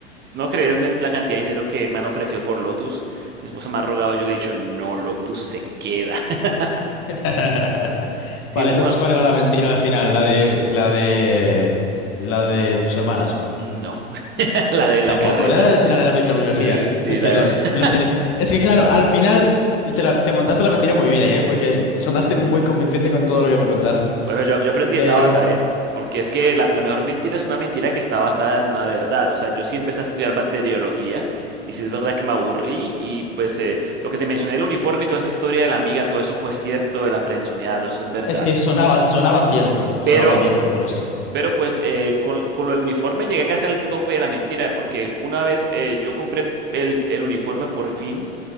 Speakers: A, on the right; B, on the left.
A: no creías me- la cantidad de dinero que me han ofrecido por Lotus. Mi esposa me ha rogado, yo le he dicho, no, Lotus se queda. <laughs>
B: <laughs>
A: Sí,
B: Vale,
A: una,
B: entonces, ¿cuál era la mentira al final? La de, la de, la de tus hermanas.
A: no, <laughs> la de
B: Tampoco,
A: la carrera.
B: la de la, la de la microbiología.
A: Eh, sí,
B: Es que
A: la de...
B: lo,
A: <laughs>
B: lo tené- Es que claro, al final te, la- te montaste la mentira muy bien, ¿eh? Porque sonaste
A: Mm.
B: muy convincente con todo lo que me contaste.
A: Bueno, yo, yo aprendí
B: Pero
A: de Tabata, ¿eh? Porque es que la, la mejor mentira es una mentira que está basada en una verdad. O sea, yo sí empecé a estudiar bacteriología y sí es verdad que me aburrí y pues eh, lo que te mencioné, el uniforme y toda esa historia de la amiga, todo eso fue cierto, de la frenzoneada, todo eso es verdad.
B: es que sonaba, sonaba cierto, sonaba
A: pero
B: cierto por eso.
A: Pero pues eh, con, con lo del uniforme llegué casi al tope de la mentira, porque una vez eh, yo compré el, el- el uniforme por fin,